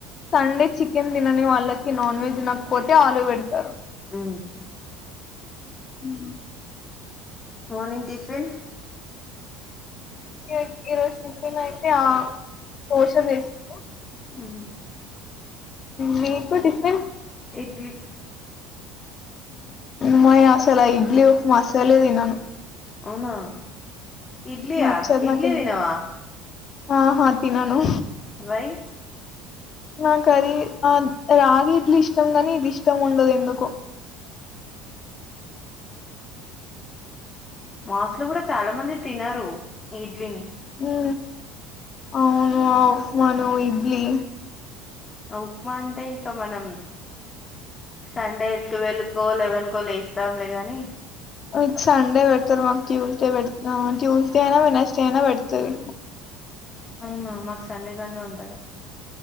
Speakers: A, on the left (about 45°); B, on the left (about 25°).
A: సండే చికెన్ తినని వాళ్ళకి నాన్ వెజ్ తినకపోతే ఆలు పెడతారు
B: ఉ
A: ఉ
B: మార్నింగ్ టిఫిన్
A: ఈ ఈరోజు టిఫెన్ అయితే ఆ దోశ చేసిండు
B: ఉ
A: మీకు టిఫిన్
B: ఇడ్లీ
A: మాయ్ అస్సలు ఆ ఇడ్లీ, ఉప్మా అస్సలు తినను
B: అవునా ఇడ్లీయా
A: నచ్చదు
B: ఇడ్లీ
A: నాకెందుకు
B: దినవా
A: ఆహా తినను
B: వై
A: నాకు అది ఆ రాగి ఇడ్లీ ఇష్టం కానీ ఇది ఇష్టం ఉండదు ఎందుకో
B: మా హాస్టల్లో కూడా చాలా మంది తినరూ ఇడ్లీని
A: ఉ అవును ఆ ఉప్మాను, ఇడ్లీ
B: ఆ ఉప్మా అంటే త మనం సండే టువెల్క్ కో లెవన్ కో లేస్ ద్దాంలే గాని
A: మీకు సండే పెడతారు మాకు ట్యూస్డే పె ట్యూస్డే అయినా వెనస్డే అయినా పెడుతారు
B: అవునా మాకు సండే సండే ఉంటది